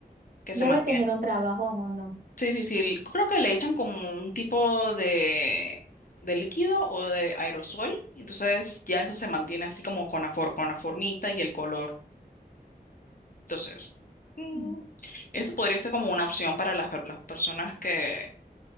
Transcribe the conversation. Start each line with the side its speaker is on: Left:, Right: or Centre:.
Left: que
Right: Debe
Left: se mantiene.
Right: tener un trabajón o no.
Left: Sí, sí, sí, creo que le echan como un tipo de, de líquido o de aerosol, y entonces ya eso se mantiene así como con la, for- con la formita y el color. Entonces, mm,
Right: Mm.
Left: eso podría ser como una opción para las, per- las personas que